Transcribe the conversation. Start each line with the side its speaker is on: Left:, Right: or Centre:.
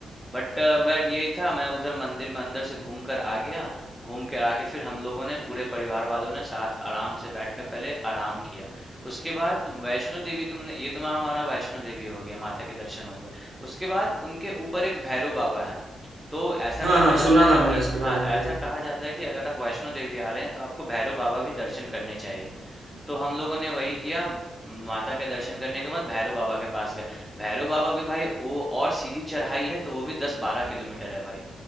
Centre: बट अ, बट यही था मैं उधर मंदिर में अंदर से घूम कर आ गया घूम के आके फिर हम लोगों ने पूरे परिवार वालों ने साथ आराम से बैठ के पहले आराम किया उसके बाद वैष्णो देवी तुमने ये तुम्हारा हमारा वैष्णो देवी हो गया माता के दर्शन हो गए उसके बाद उनके ऊपर एक भैरव बाबा है तो ऐसा
Right: हाँ
Centre: कहा
Right: हाँ
Centre: जाता
Right: सुना
Centre: है
Right: था मैंने
Centre: कि
Right: इसके
Centre: हाँ
Right: बारे में
Centre: ऐसा
Right: भी
Centre: कहा जाता है कि अगर आप वैष्णो देवी आ रहे हैं तो आपको भैरव बाबा भी दर्शन करने चाहिए तो हम लोगों ने वही किया माता के दर्शन करने के बाद भैरव बाबा के पास गए भैरव बाबा भी भाई वो और सीधी चढ़ाई है तो वो भी दस बारह किलोमीटर है भाई